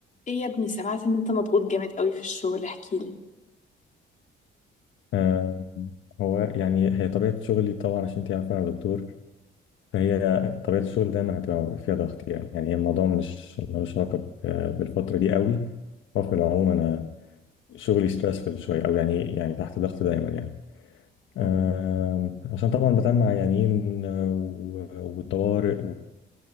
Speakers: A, on the left (about 40°); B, on the left (about 75°).
A: ايه يا ابني سمعت ان انت مضغوط جامد قوي في الشغل احكيلي
B: آه، هو يعني هي طبيعة شغلي طبعا عشان انت عارفة أنا دكتور فهي طبيعة الشغل دايما هتبقى فيها ضغط يعني يعني هي الموضوع مش ملوش علاقة ب- بالفترة دي قوي هو في العموم أنا شغلي ستريسفul شوية أو يعني يعني تحت ضغط دايما يعني
A: مم.
B: آم، عشان طبعا بتعامل مع عيانين آه، و- والطوارئ